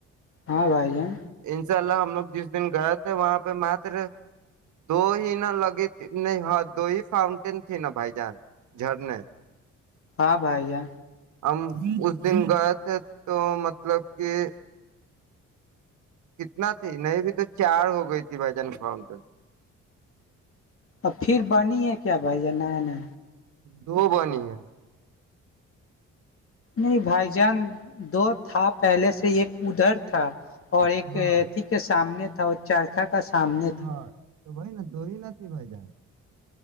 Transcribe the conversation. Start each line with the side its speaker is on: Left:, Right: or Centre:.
Left: ہاں بھائی جان
Right: انشاء اللہ ہم لوگ جس دن گئے تھے وہاں پہ مات دو ہی ن لگی نہیں ہاں دو ہی فاؤنٹین تھی نا بھائی جان جھرنے
Left: ہاں بھائییا
Right: ہم اس دن گئے تھے تو مطلب کہ کتنا تھی نہیں بھی تو چار ہو گئی تھی بھائی جان فاؤنٹین
Left: اب پھر بنی ہے کیا بھائی جانانا
Right: تو بنی ہے
Left: نہیں بھائی جان دو تھا پہلے سے ایک ادھر تھا اور ایک
Right: ہاں
Left: تھی کے سامنے چارخا کا سامنے
Right: ہاں
Left: تھا
Right: تو وہھائی نا دئی نہ بائی جان